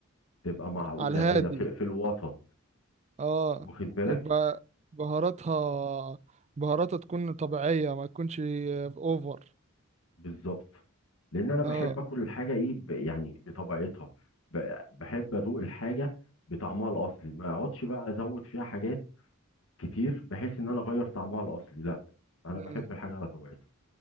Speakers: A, on the left (about 65°); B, on the right (about 30°).
A: تبقى معقوله
B: على الهادي
A: كده في, في الوسط
B: اه
A: واخد بالك
B: يبقى بهاراتها بهاراتها تكون طبيعية ما تكونش اوفر
A: بالظبط لان انا بحب
B: اه
A: اكل الحاجه ايه ب- يعني بطبيعتها ب- بحب ادوق الحاجه بطعمها الاصلي ما اقعدش بقى ازود فيها حاجات كتير بحيث ان انا اغير طعمها الاصلي لا انا
B: مم.
A: بحب الحاجه على طبيعتها